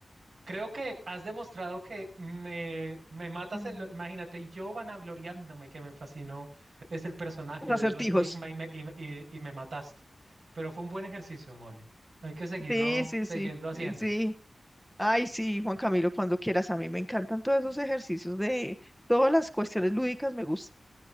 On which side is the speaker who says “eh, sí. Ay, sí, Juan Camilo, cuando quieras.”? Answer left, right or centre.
Centre